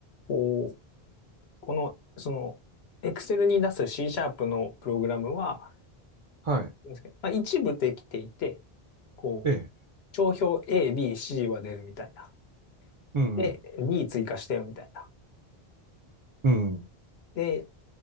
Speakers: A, on the left; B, on the right.
A: こう、この、その、Excel に出す C シャープのプログラムは、
B: はい。
A: なんですけどまあ、一部できていて、こう、
B: ええ。
A: 帳票 A、B、C は出るみたいな。
B: うん。
A: で、D 追加してよみたいな。
B: うん。
A: で、